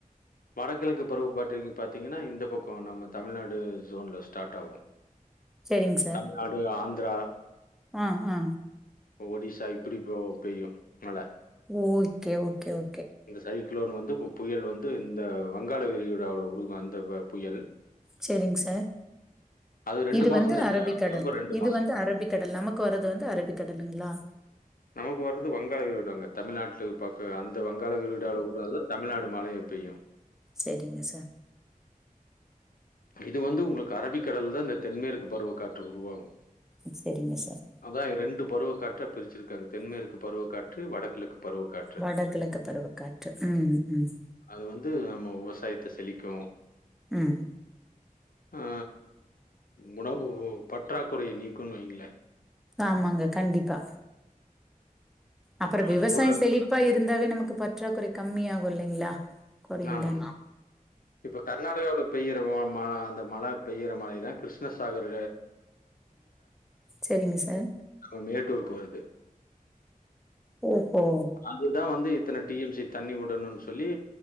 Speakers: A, on the left; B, in the centre.
A: வடகிழக்கு பருவக்காற்று இங்க பாத்தீங்கனா இந்த பக்க நம்ம தமிழ்நாடு ஜோன்ல ஸ்டார்ட் ஆகு
B: சரிங்க
A: தமிழ்நாடு ஆந்ரா
B: அ அ
A: இப்ப ஒடிசா இப்படி பெய்யு மழ
B: ஓகே ஓகே ஓ
A: இந்த சைக்ளோன் வந்து இப்ப புயல் வந்து இந்த வங்காள விரிகுடால உருகு அந்த புயல்
B: சரிங்க சார்
A: அது ரெண்டு
B: இது
A: மாசந்தா
B: வந்து அரபிக்கடல்
A: பெய்யு அக்டோபர் ரெண்டு
B: இது
A: மாசோ
B: வந்து அரபிக்கடல் நமக் கு வரது வந்து அரபிக் கடலுங்களா
A: நமக்கு வரது வங்காள விரிகுடாங்க தமிழ்நாட்டு பக்க அந்த வங்காள விரிகுடால உட்றது தமிழ்நாடு மழைய பெய்யு
B: செரிங்க சார்
A: இது வந்து உங்களுக்கு அரபிக்கடல் தா இந்த தென்மேற்கு பருவக் காற்று உருவாகு
B: செரிங்க சார்
A: அதா ரெண்டு பருவக் காற்றா பிரிச்சிருக்காங்க தென்மேற்கு பருவக் காற்று வடக்கிழக்கு பருவக் காற்று
B: வடகிழக்கு பருவக் காற்று ம் ம்
A: அது வந்து நம்ம விவசாயத்த செழிக்கும்.
B: ம்
A: ஆ உணவு பற்றாக்குறையை நீக்குன்னு வைங்களே
B: ஆமாங்க கண்டிப்பா அப்புற
A: அதுபோல
B: விவசாய செழிப்பா இருந்தாவே நமக்கு பற்றாக் குறை கம்மி ஆகு இல்லைங்களா குறையுந்தானே
A: ஆமாங்க. இப்ப கர்நாடகாவில பெய்யிற ம அந்த மழை பெய்யிற மழைதா கிருஷ்ணசாகரு
B: செரிங்க சார்
A: நம்ம மேட்டூருக்கு வருது
B: ஓஹோ
A: அதுதா வந்து இத்தன டி எம் சி தண்ணி விடணுன்னு சொல்லி